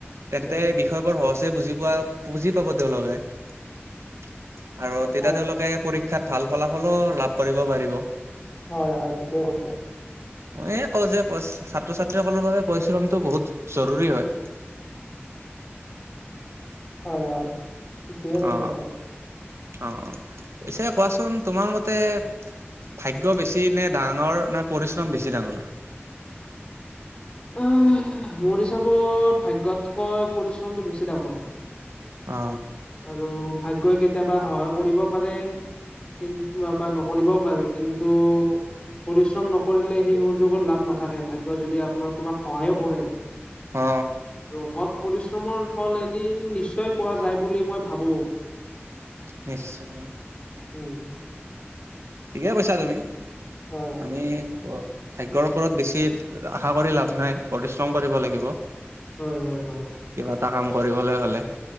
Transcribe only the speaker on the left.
উম
হয়
হয় হয় তিে কৈছে
হয় হয় ঠিকে কৈছে
আপুনি।
মৰি হিচাপত ভাগ্য়তকৈ পৰিশ্ৰমটো বেছি ডাঙৰ
আৰু ভাগ্যই কেতিয়াবা সহায় কৰিব পাৰে কিন্ত বা নকৰিবও পাৰে কিন্তু পৰিশ্ৰম নকৰিলে সেই সুযোগত লাভ নাথাকে ভাগ্য যদি আপোনাৰ তোমাক সহায়ো কৰে
ৰ সৎ পৰিশ্ৰমৰ ফল এদিন নিশ্চয় পোৱা যায় বুলি মই ভাবো।
উম।
হয়
হয় হয় হয় হয়।